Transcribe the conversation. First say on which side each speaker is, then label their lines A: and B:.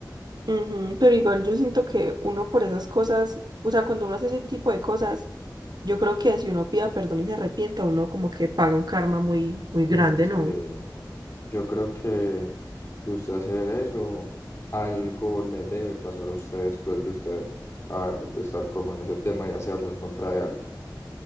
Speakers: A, on the right; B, on the left.
A: Ujú, Pero igual yo siento que uno por esas cosas, o sea, cuando uno hace ese tipo de cosas, yo creo que si uno pida perdón y se arrepienta, uno como que paga un karma muy, muy
B: No,
A: grande,
B: y sí,
A: ¿no?
B: yo creo que de usted hacer eso, algo le debe pasar a usted después de usted ah, estar como en ese tema y hacerlo en contra de alguien.